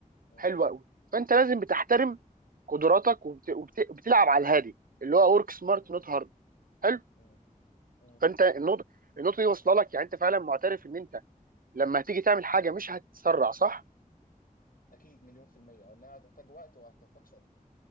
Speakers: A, on the left; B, on the right.
A: مم.
B: حلوه قوي فانت لازم بتحترم
A: مم.
B: قدراتك وبت... وبت... وبتلعب على الهادي اللي هو ورك سمارت
A: مم.
B: نوت هارد حلو
A: مم. مم.
B: فانت النقطه النقطه دي واصله لك يعني انت فعلا معترف ان انت لما هتيجي تعمل حاجه مش هتتسرع صح
A: أكيد مليون في المية إنها هتحتاج وقت وهتحتاج صبر